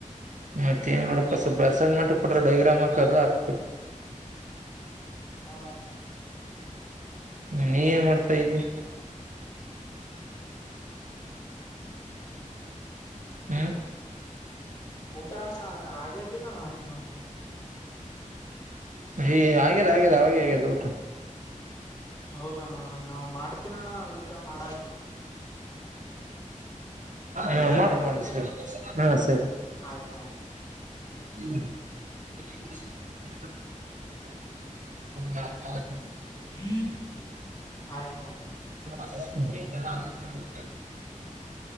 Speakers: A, on the right; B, on the left.
A: ಮತ್ತ ನಡ ಸ್ವಲ್ಪ ಅಸೈನ್ಮೆಂಟ್ ಕೊಟ್ರ ಡೈಗ್ರಾಮ್ ಹಕದು ಆಗ್ತಿತಿ
B: ಹಾ
A: ನೀ ನ್ ಮಾಡ್ತಾ ಇದಿ
B: <unintelligible>
A: ಹ್ಮ್ <unintelligible>
B: ಊಟಾಾನ ಆಗೆ ದಿಲ್ಲಣ ಇನು
A: ಹ ಹಾಗ್ಯದ ಆಗ್ಯದ ಅವೆ ಆಗದು ಊಟ
B: ಹೌದಣ್ಣ ನಾವ್ ಮಾಡ್ತನಣ್ಣ ಊಟ ಮಾಡಾ ಹಚ್ತೀನಣ್ಣ
A: ಹಾ ಮಾಡು ಮಾಡು ಸರಿ ಹಾ ಸರಿ
B: ಆಯ್ತ ಅಣ್ಣ
A: ಹ್ಮ್ <unintelligible> ಹ್ಮ <unintelligible>
B: ಹ್ಮ್ ಆಯ್ತೋಣ್ಣ
A: ನ <unintelligible>